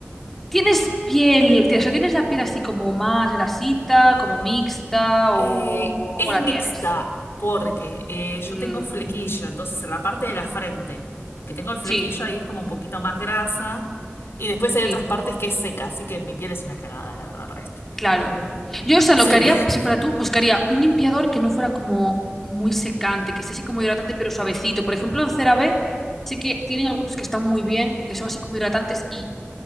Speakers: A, in the centre; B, on the left.
A: ¿Tienes piel, o sea, tienes la piel así como más grasita, como mixta o
B: Eh,
A: cómo
B: es
A: la
B: mixta
A: tienes?
B: porque eh, yo
A: Mm,
B: tengo flequillo, entonces en la parte de la frente que tengo el flequillo
A: sí,
B: ahí es como un poquito más grasa y después
A: sí,
B: hay otras partes que es seca, así que mi piel es una cagada, la verdad, para esto.
A: claro. Yo, o sea,
B: Sí.
A: lo que haría, si fuera tú, buscaría un limpiador que no fuera como muy secante, que sea así como hidratante pero suavecito. Por ejemplo, en CeraVe sí que tienen
B: Ujú.
A: algunos que están muy bien, que son así como hidratantes y